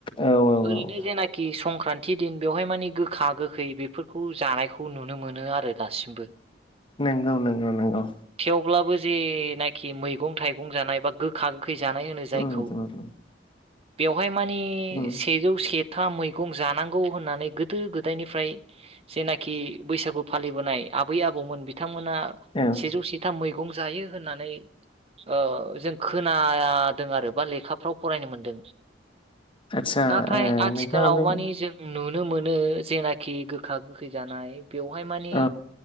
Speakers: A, on the left; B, on the right.
A: औ औ
B: ओैरैनो
A: औ
B: जेनाखि सं ति दिन बेवहाय मानि गोखा गोखै बेफोरखौ जानायखौ नुनो मोनो आरो दासिमबो।
A: नोंगौ नोंगौ नोंगौ।
B: थेवब्लाबो जे नाखि मैगं थाइगं जानाय बा गोखा गोखै जानाय होनो जायखौ
A: उम <inaudible>
B: बेवहाय माने
A: उम
B: सेजौ सेथा मैगं जानां गौ होननानै गोदो गोदायनिफ्राय जेनाखि बैसागु फालिबोनाय आबै आबौमोन बिथांमोन ना
A: औ
B: सेजौ सेथा मैगं जायो होननानै ओ जों खोनादों आरो बा लेखाफ्राव फरायनो मोनदों।
A: आदसा
B: नाथाय
A: ओ
B: आथिखालाव
A: नोंथाङा बे
B: मानि जों नुनो मोनो जेनाखि गोखा गोखै जानाय बेवहाय माने
A: औ